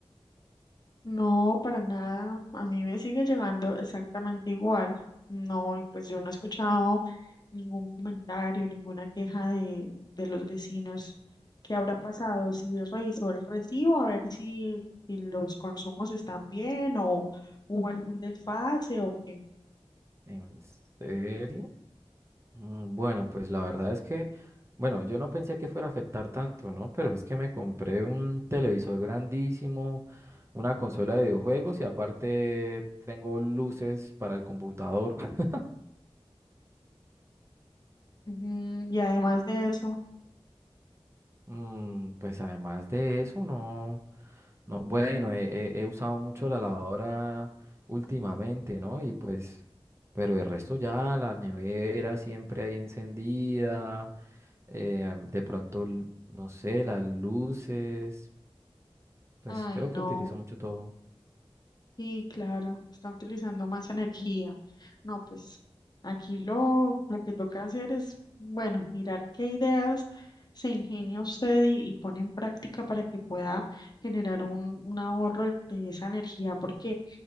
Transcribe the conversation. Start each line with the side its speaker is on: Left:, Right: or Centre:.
Left: No, para nada. A mí me sigue llegando exactamente igual. No, y pues yo no he escuchado ningún comentario, ninguna queja de, de los vecinos. ¿Qué habrá pasado? Si revisó el recibo, a ver si, si los consumos están bien o hubo algún desfase o qué.
Right: ¿En serio? Mm, Bueno, pues la verdad es que, bueno, yo no pensé que fuera a afectar tanto, ¿no? Pero es que me compré un televisor grandísimo, una consola de videojuegos y aparte tengo luces para el computador. <laughs>
Left: Ujú, Y además de eso,
Right: Mm, pues además de eso, no, no, bueno, he, he- he usado mucho la lavadora últimamente, ¿no? Y pues, pero el resto ya, la nevera siempre ahí encendida, eh, de pronto, l- no sé, las luces. Pues
Left: ay
Right: creo que
Left: no.
Right: utilizo mucho todo.
Left: Sí, claro, está utilizando más energía. No, pues aquí lo, lo que toca hacer es, bueno, mirar qué ideas se ingenia usted y, y pone en práctica para que pueda generar un, un ahorro en- de esa energía, porque,